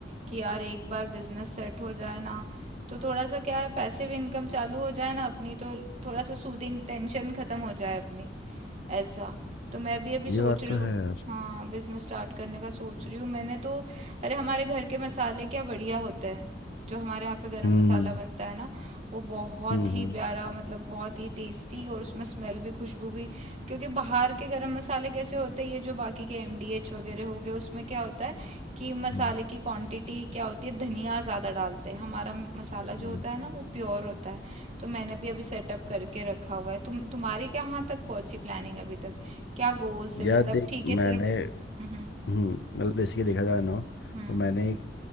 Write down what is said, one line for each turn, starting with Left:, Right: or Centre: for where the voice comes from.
Right: कि यार एक बार बिजनेस सेट हो जाए ना तो थोड़ा सा क्या है पैसिव इनकम चालू हो जाए ना अपनी तो थोड़ा सा सूदिंग टेंशन खत्म हो जाए अपनी ऐसा तो मैं भी अभी सोच
Left: ये बात
Right: रही
Left: तो है
Right: हूँ
Left: यार
Right: हाँ बिजनेस स्टार्ट करने का सोच रही हूँ मैंने तो अरे हमारे घर के मसाले क्या बढ़िया होते हैं जो हमारे यहाँ पे गरम
Left: हम्म
Right: मसाला बनता है ना वो बहुत
Left: हम्म
Right: ही
Left: हम्म
Right: प्यारा मतलब बहुत ही टेस्टी और उसमें स्मेल भी खुशबू भी क्योंकि बाहर के गरम मसाले कैसे होते हैं ये जो बाकी के एमडीएच वगैरह हो गए उसमें क्या होता है कि मसाले
Left: हम्म,
Right: की क्वांटिटी क्या होती है धनिया ज़्यादा डालते हैं हमारा मसाला
Left: हम्म।
Right: जो होता है ना वो प्योर होता है तो मैंने भी अभी सेटअप करके रखा हुआ है तुम तुम्हारी कहाँ तक पहुंची प्लानिंग अभी तक क्या गोल्स है
Left: यार
Right: मतलब
Left: देख
Right: ठीक है
Left: मैंने
Right: सिर्फ हम्म हम्म
Left: हम्म मतलब बेसिकली देखा जाए ना
Right: हम्म
Left: तो मैंने एक